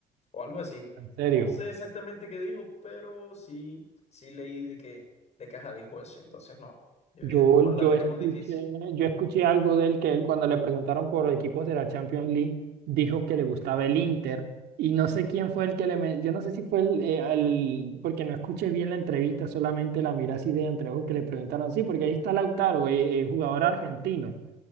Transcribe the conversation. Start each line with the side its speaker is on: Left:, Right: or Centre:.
Left: o algo así.
Right: En serio.
Left: No sé exactamente qué dijo, pero sí, sí leí de que de caja dijo eso. Entonces no, yo dije,
Right: Yo,
Left: no,
Right: yo
Left: la tenemos
Right: escuché,
Left: difícil.
Right: yo escuché algo de él que él cuando le preguntaron por equipos de la Champions League dijo que le gustaba el Inter y no sé quién fue el que le me- yo no sé si fue el, eh, al- porque no escuché bien la entrevista, solamente la miré así de entreojos que le preguntaron, sí, porque ahí está Lautaro, eh, eh, jugador argentino.